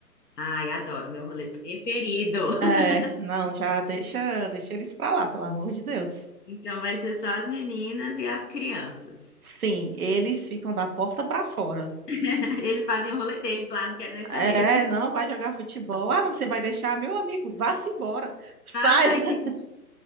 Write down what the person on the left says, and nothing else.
Ai, adoro, meu rolê preferido. <laughs>
Então vai ser só as meninas e as crianças.
<laughs> Eles fazem o rolê deles lá, não quero nem saber.
<laughs>
Ai,